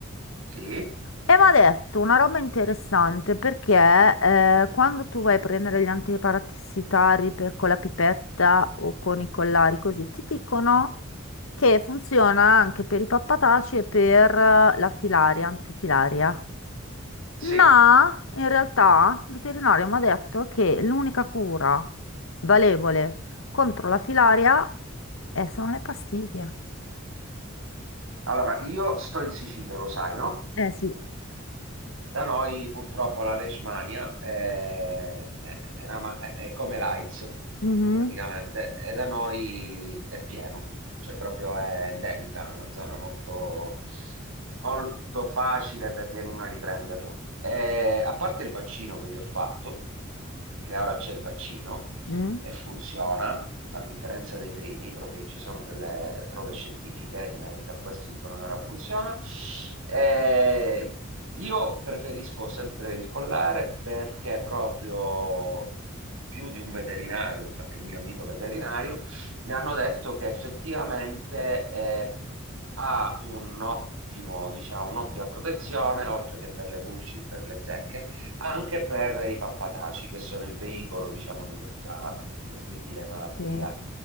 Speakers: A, on the right; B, on the left.
A: Sì?
B: E mi ha detto una roba interessante perché eh, quando tu vai a prendere gli antiparassitari per- con la pipetta o con i collari così, ti dicono che funziona anche per i pappataci e per eh, la filaria, antifilaria.
A: Sì.
B: No, in realtà il veterinario mi ha detto che l'unica cura valevole contro la filaria è- sono le pastiglie.
A: Allora, io sto in Sicilia, lo sai, no?
B: Eh sì,
A: Da noi purtroppo la Leishmania è, è- è una ma- è- è come l'AIDS
B: Mhm.
A: praticamente e da noi è pieno, cioè proprio è endemica, è una zona molto, molto facile per gli animali prenderla. E, a parte il vaccino che gli ho fatto, che ora c'è il vaccino
B: Mm.
A: e funziona, a differenza dei primi, proprio ci sono delle prove scientifiche in merito a questo, dicono che ora funziona. Eh, io preferisco sempre il collare perché proprio più di un veterinario, anche il mio amico veterinario, mi hanno detto che effettivamente eh, ha un ottimo, diciamo, un'ottima protezione, oltre che per le pulci e per le zecche, anche per i pappataci, che sono il veicolo, diciamo, di questa terribile malattia.
B: Che